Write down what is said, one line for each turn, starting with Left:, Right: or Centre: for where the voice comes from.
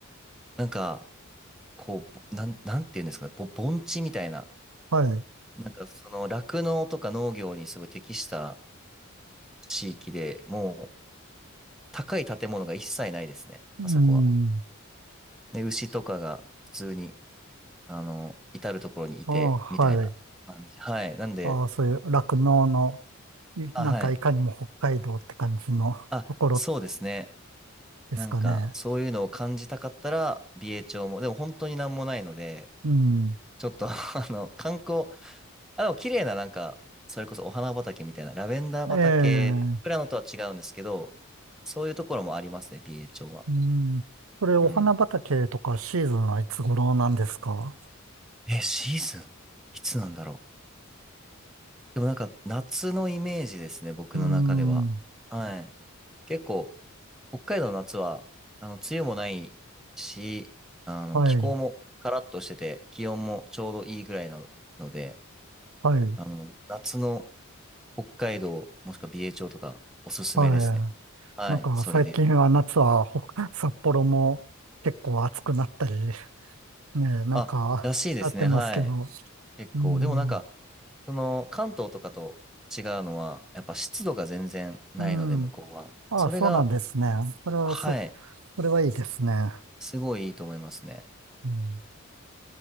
Centre: なんか、こう、ぼなん、なんていうんですかね、ぼ、盆地みたいな、
Right: はい。
Centre: なんか、その、酪農とか農業にすごい適した地域で、もう、高い建物が一切ないですね、
Right: うん。
Centre: あそこは。で、牛とかが、普通に、あの、至るところにいて、
Right: ああ、はい。
Centre: みたいな感じ。はい。なんで、
Right: ああ、そういう酪農の、いなんかいかにも北海道って感じのところ
Centre: あ、はい。あ、そうですね。
Right: ですかね。
Centre: なんか、そういうのを感じたかったら、美瑛町も、でも本当になんもないので、
Right: うん。
Centre: ちょっと <laughs> あの、観光、あ、でも綺麗な、なんか、それこそお花畑みたいな、ラベンダー畑、
Right: ええ、
Centre: プラノとは違うんですけど、そういうところもありますね、美瑛町は。
Right: うん。それ、お花畑とかシーズンはいつ頃なんですか
Centre: うん。え、シーズンいつなんだろう。でもなんか、夏のイメージですね、僕の中では。
Right: うん。
Centre: はい。結構、北海道の夏は、あの、梅雨もないし、あの、
Right: はい。
Centre: 気候もカラッとしてて、気温もちょうどいいぐらいなので、
Right: はい。
Centre: あの、夏の北海道、もしくは美瑛町とか、おすすめですね。
Right: は
Centre: はい、
Right: い。なんか最近は夏はほ
Centre: それで言うと。
Right: <laughs> 札幌も結構暑くなったりねえ、なんか、
Centre: あ、らしいですね、
Right: なってますけど。
Centre: はい。結構。
Right: うん。
Centre: でもなんか、その、関東とかと違うのは、やっぱ湿度が全然ないので、
Right: うん。
Centre: 向こうは。
Right: ああ、
Centre: それが、
Right: そうなんですね。それは、
Centre: はい、
Right: そ、それはいいですね。
Centre: すごいいいと思いますね。
Right: うん。